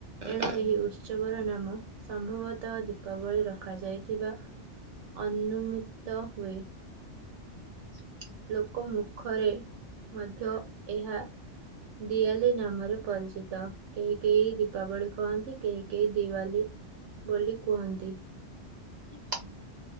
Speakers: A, on the right (about 75°); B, on the right (about 60°).
A: ଏଣୁ
B: ହୁଁ
A: ଏହି ଉତ୍ସବର ନାମ ସମ୍ଭବତଃ ଦୀପାବଳି ରଖାଯାଇଥିବା ଅନୁମିତ ହୁଏ।
B: <unintelligible>
A: ଲୋକ ମୁଖରେ ମଧ୍ୟ ଏହା ଦିଆଲି ନାମରେ ପରିଚିତ। କେହି କେହି ଦୀପାବଳି କୁହନ୍ତି କେହି କେହି ଦିୱାଲି ବୋଲି କୁହନ୍ତି।
B: ହୁଁ। <inaudible>